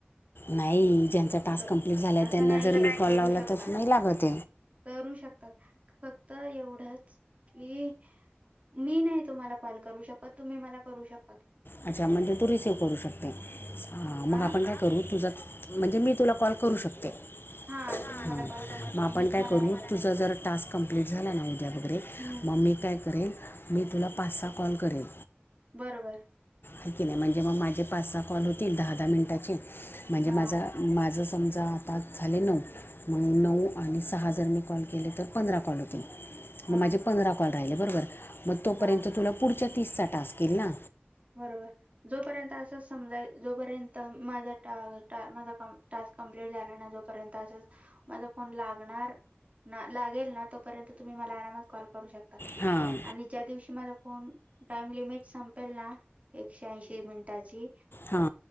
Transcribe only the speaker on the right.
क
असं
नाहीये
करू
शकतात
करू शकतात फक्त एवढंच कि. मी नाही तुम्हाला कॉल करू शकत तुम्ही मला करू शक.
आ
हा तुम्ही
मला कॉल करू शकता.
मी तुम्हाला
नाही कर
हम्म
बरोबर.
हा
हा
हा
बरोबर. जोपर्यंत अस समजा जोपर्यंत माझा माझ टास्क कंप्लीट झाल्या नंतर. र्यंत अस माझा फोन लागणार. ना लागेल ना तोपर्यंत तुम्ही मला आरामात कॉल करू शकता
आणि ज्या दिवशी माझा फोन. टाइम लिमिट संपेल ना एकशे ऐंशी मिनिटाची..